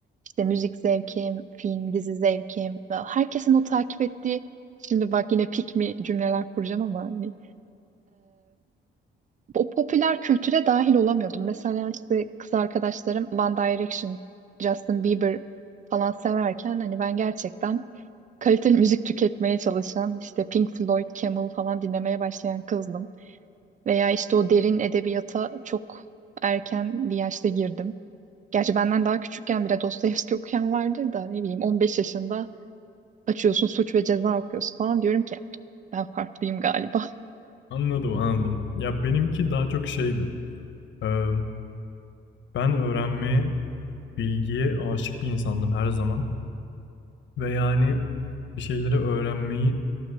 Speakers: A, on the right; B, on the left.
A: İşte müzik zevkim, film, dizi zevkim. ve Herkesin o takip ettiği, şimdi bak yine pick me cümleler kuracağım ama hani, o popüler kültüre dahil olamıyordum. Mesela işte kız arkadaşlarım One Direction, Justin Bieber falan severken hani ben gerçekten kaliteli müzik tüketmeye çalışan işte Pink Floyd, Camel falan dinlemeye başlayan kızdım. Veya işte o derin edebiyata çok erken bir yaşta girdim. Gerçi benden daha küçükken bile Dostoyevski okuyan vardır da ne bileyim 15 yaşında açıyorsun Suç ve Ceza okuyorsun falan diyorum ki ben farklıyım galiba. <laughs>
B: Anladım anladım. Ya benimki daha çok şeydi. Ee, ben öğrenmeye, bilgiye aşık bir insandım her zaman. Ve yani bir şeyleri öğrenmeyi